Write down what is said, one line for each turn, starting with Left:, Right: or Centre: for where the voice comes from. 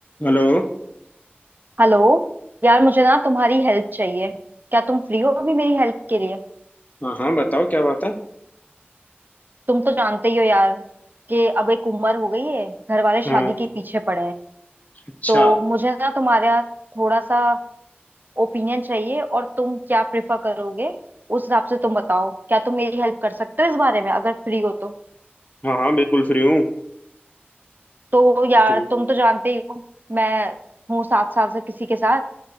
Left: Hello
Right: Hello यार मुझे ना तुम्हारी हेल्प चाहिए क्या तुम फ्री हो अभी मेरी हेल्प के लिए
Left: हाँ हाँ बताओ क्या बात है
Right: तुम तो जानते ही हो यार कि अब एक उम्र हो गई है घर वाले शादी
Left: हाँ
Right: के पीछे पड़े हैं
Left: अच्छा
Right: तो मुझे ना तुम्हारा थोड़ा सा ओपिनियन चाहिए और तुम क्या प्रेफर करोगे उस हिसाब से तुम बताओ क्या तुम मेरी हेल्प कर सकते हो इस बारे में अगर फ्री हो तो
Left: हाँ हाँ बिल्कुल फ्री हूँ
Right: तो यार
Left: कुछ भी
Right: तुम तो जानते ही हो मैं हूँ सात साल से किसी के साथ